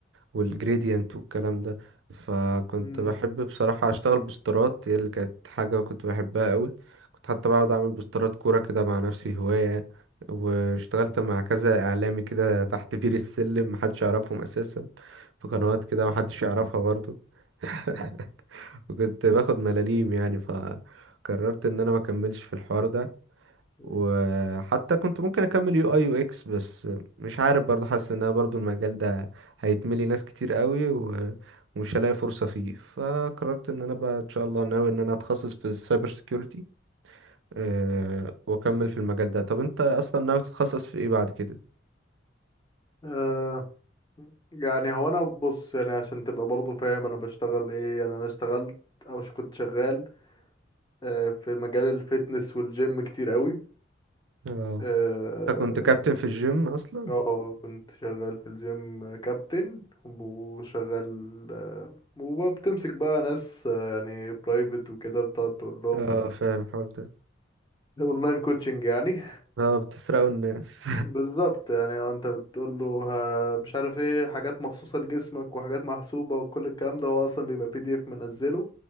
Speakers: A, on the right (about 70°); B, on the left (about 25°).
A: والجريدينت والكلام ده فكنت
B: امم
A: بحب بصراحة أشتغل بوسترات هي اللي كانت حاجة كنت بحبها قوي كنت حتى بقعد أعمل بوسترات كورة كده مع نفسي هواية واشتغلت مع كذا إعلامي كده تحت بير السلم محدش يعرفهم أساسا في قنوات كده محدش يعرفها برضو <laughs> وكنت باخد ملاليم يعني فقررت إن أنا مكملش في الحوار ده
B: أمم.
A: وحتى كنت ممكن اكمل يو اي يو اكس بس مش عارف برضو حاسس ان انا برضو المجال ده هيتملي ناس كتير قوي و- ومش هلاقي فرصة فيه فقررت ان انا بقى ان شاء الله ناوي ان انا اتخصص في السايبر سيكيورتي أه واكمل في المجال ده طب انت اصلا ناوي تتخصص في ايه بعد كده
B: آه يعني هو انا بص يعني عشان تبقى برضه فاهم انا بشتغل ايه يعني انا اشتغلت او ش- كنت شغال آه في مجال الفيتنس والجيم كتير قوي
A: اه
B: اه
A: انت كنت كابتن في الجيم اصلا
B: آه، كنت شغال في الجيم كابتن وشغال آه وبتمسك بقى ناس آه يعني برايفت وكده بتقعد تقول لهم
A: اه فاهم الحوار ده
B: اونلاين كوتشنج يعني
A: اه بتسرقوا الناس
B: بالظبط يعني هو انت بتقول له ها- مش عارف ايه حاجات مخصوصة لجسمك وحاجات محسوبة وكل الكلام ده هو اصلا بيبقى بي دي اف منزله